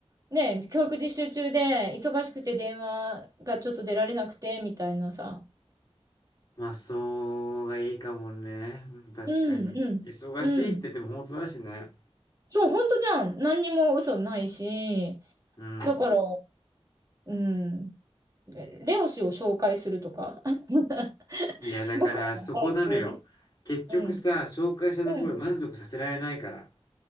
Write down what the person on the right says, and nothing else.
ね、教育実習中で忙しくて電話がちょっと出られなくてみたいなさ。
うんうん。
うん。そう、本当じゃん。何にも嘘ないし、
だから、うん。レオ氏を紹介するとか。<laughs>
僕らの代行です。
うん。
うん。い